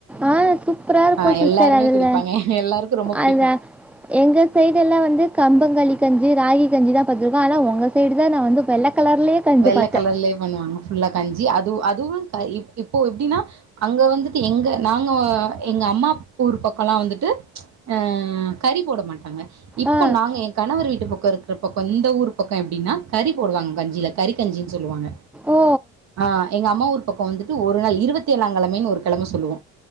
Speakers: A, in the centre; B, on the right (about 55°).
A: ஆஹ் சூப்பரா இருக்கு
B: ஆ
A: சிஸர்
B: எல்லாருமே
A: அதுல
B: குடிப்பாங்க எல்லாருக்கும் ரொம்ப பிடிக்கும்
A: அந்த எங்க சைடு எல்லா வந்து கம்பங்க கஞ்சி ராகி கஞ்சி தா அதுதா ஆனா ஒங்க சைடு தா நா வந்து வெல்ல கலர்லேயே கஞ்சு
B: வெள்ள
A: பாத்தே
B: கலர்லயே பண்ணுவாங்க ஃபுல்லா கஞ்சி அது அதுவு இப்போ எப்டின்னா அங்க வந்துட்டு எங்க நாங்க எங்க அம்மா ஊர் பக்கோம்ல்லா வந்துட்டு அஹ் கறி போட மாட்டாங்க இப்போ
A: ஆ.
B: நாங்க என் கணவர் வீட்டு பக்க இருக்குற பக்க இந்த ஊர் பக்க எப்டின்னா கறி போடுவாங்க கஞ்சில கறி கஞ்சினு சொல்லுவாங்க
A: ஓ!
B: ஆஹ் எங்க அம்மா ஊர் பக்கோ வந்துட்டு ஒரு நாள் இருபத்தி ஏழாம் கிழமைனு ஒரு கிழம சொல்லுவோ